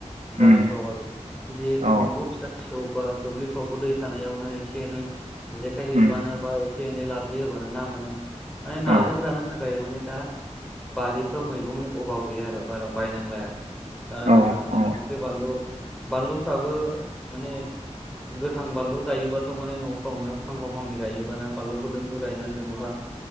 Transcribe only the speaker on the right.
उम
औ
उम
औ
औ
औ